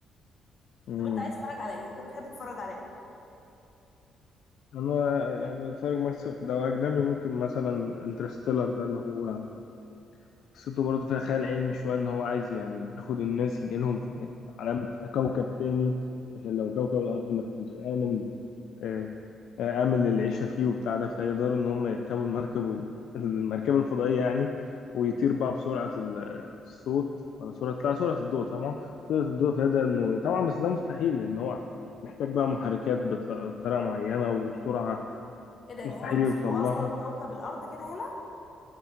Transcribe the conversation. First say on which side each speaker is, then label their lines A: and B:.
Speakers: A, on the left (about 75°); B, on the left (about 50°).
A: امم
B: طب انت عايز تتفرج على ايه انت بتحب تتفرج على ايه
A: انا يعني بتفرج مثلا لو اجنبي ممكن مثلا انترستيلر ده اللي هو قصته برضه فيها خيال علمي شوية إن هو عايز يعني ياخد الناس ينقلهم في في عالم كوكب تاني عشان لو كوكب الأرض ما كانش آمن آه، آه، آمن للعيشة فيه وبتاع ده فيقدروا إن هم يركبوا المركب وي... المركبة الفضائية يعني ويطير بقى بسرعة ال- الصوت ولا سرعة لا سرعة الضوء طبعا سرعة الضوء فيقدر إنه طبعا بس ده مستحيل لأن هو محتاج بقى محركات بط- بطريقة معينة وسرعة
B: ايه ده يعني
A: مستحيل
B: هما بيسيبوا
A: يوصل لها
B: اصلا كوكب الارض كده هنا